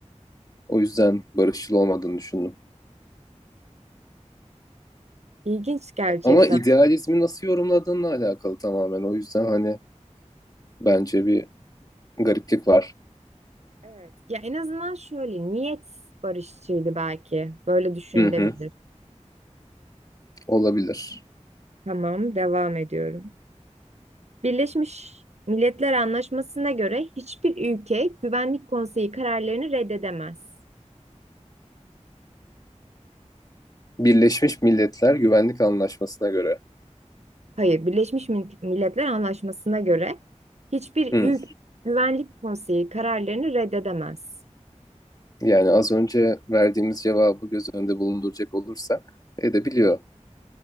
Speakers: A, on the left; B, on the right.
A: O yüzden barışçıl olmadığını düşündüm.
B: İlginç gerçekten.
A: Ama idealizmi nasıl yorumladığınla alakalı tamamen. O yüzden hani bence bir gariplik var.
B: Evet. Ya en azından şöyle, niyet barışçıydı belki. Böyle düşünülebilir.
A: Hı hı. Olabilir.
B: Tamam, devam ediyorum. Birleşmiş Milletler Anlaşması'na göre hiçbir ülke Güvenlik Konseyi kararlarını reddedemez.
A: Birleşmiş Milletler Güvenlik Anlaşması'na göre.
B: Hayır, Birleşmiş Mil- Milletler Anlaşması'na göre hiçbir
A: Hı.
B: ülke Güvenlik Konseyi kararlarını reddedemez.
A: Yani az önce verdiğimiz cevabı göz önünde bulunduracak olursak edebiliyor.